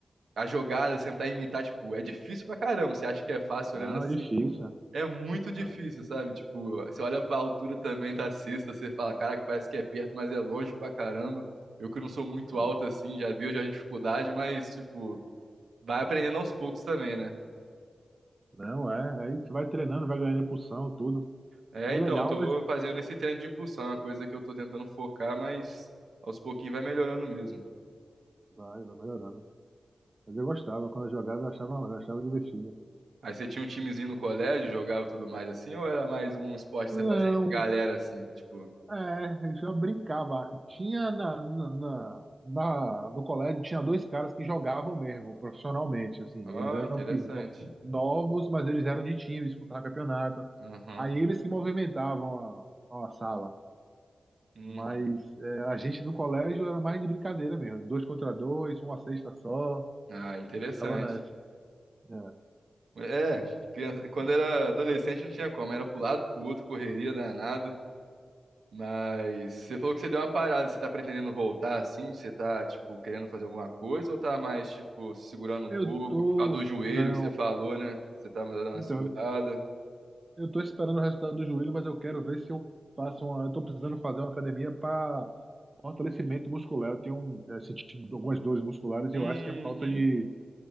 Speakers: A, on the right; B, on the right.
A: a jogada, sentar e imitar. Tipo, é difícil pra caramba. Você acha que é fácil
B: Ah,
A: olhando assim?
B: é difícil.
A: É muito difícil,
B: Ah,
A: sabe? Tipo, você olha pra altura também da cesta, você fala, caraca, parece que é perto, mas é longe pra caramba. Eu que não sou muito
B: ah.
A: alto assim, já vi, eu já tenho dificuldade, mas, tipo. Vai aprendendo aos poucos também, né?
B: Não, é. Aí você vai treinando, vai ganhando impulsão, tudo.
A: É,
B: É
A: então,
B: legal,
A: eu tô
B: mas
A: fazendo esse treino de impulsão, é uma coisa que eu tô tentando focar, mas aos pouquinhos vai melhorando mesmo.
B: vai, vai melhorando. Mas eu gostava, quando eu jogava, eu achava, eu achava divertido.
A: Aí você tinha um timezinho no colégio, jogava tudo mais assim, ou era mais um esporte
B: Não,
A: que você fazia entre galera assim, tipo,
B: É, eu já brincava. Tinha na, na, na- na- no colégio tinha dois caras que jogavam mesmo, profissionalmente, assim.
A: ó,
B: Eles eram
A: interessante.
B: pi- no- novos, mas eles eram de time, disputavam campeonato.
A: Aham.
B: Aí eles que movimentavam a, a sala.
A: uhum.
B: Mas é, a gente no colégio era mais de brincadeira mesmo. Dois contra dois, uma cesta só,
A: Ah, interessante.
B: e ficava nessa. É.
A: É, criança- quando era adolescente não tinha como, era pro lado, pro outro, correria danada. Mas você falou que você deu uma parada, você tá pretendendo voltar assim? Você tá, tipo, querendo fazer alguma coisa ou tá mais, tipo, se segurando um
B: Eu
A: pouco
B: tô.
A: por causa do joelho
B: Não.
A: que você falou, né? Você tá dando uma
B: Então,
A: segurada.
B: eu tô esperando o resultado do joelho, mas eu quero ver se eu faço uma. Eu tô precisando fazer uma academia para fortalecimento muscular. Eu tenho é, sentido algumas dores musculares
A: Uhum,
B: e eu acho que é falta de,